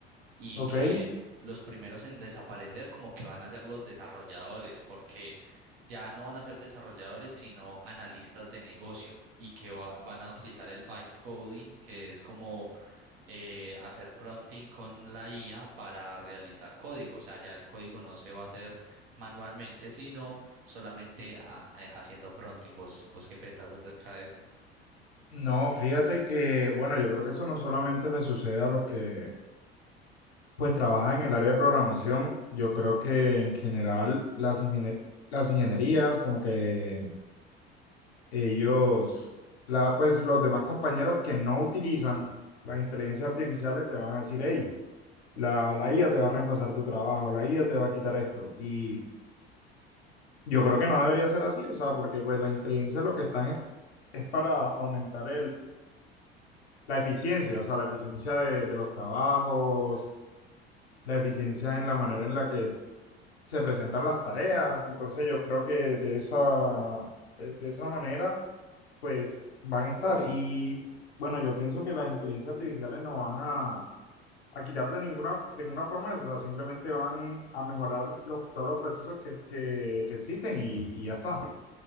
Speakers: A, on the right; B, on the left.
A: y
B: ¿ok?
A: que los primeros en desaparecer como que van a ser los desarrolladores, porque ya no van a ser desarrolladores, sino analistas de negocio, y que va- van a utilizar el vibe coding, que es como eh, hacer prompting con la IA para realizar código. O sea, ya el código no se va a hacer manualmente, sino solamente a- a- haciendo prompting. ¿Vos, vos qué pensás acerca de eso?
B: No, fíjate que, bueno, yo creo que eso no solamente le sucede a los que pues trabajan en el área de programación, yo creo que en general las, ingenie- las ingenierías, como que ellos, la, pues los demás compañeros que no utilizan las inteligencias artificiales te van a decir, hey, la, la IA te va a reemplazar tu trabajo, la IA te va a quitar esto. Y yo creo que no debería ser así, o sea, porque pues las inteligencias lo que están es, es para aumentar la eficiencia, o sea, la eficiencia de, de los trabajos, la eficiencia en la manera en la que se presentan las tareas. Entonces yo creo que de esa, de de esa manera, pues van a estar. Y bueno, yo pienso que las inteligencias artificiales no van a, a quitar de ninguna, de ninguna forma eso, o sea, simplemente van a mejorar los, todos los procesos que, que, que existen y, y ya está.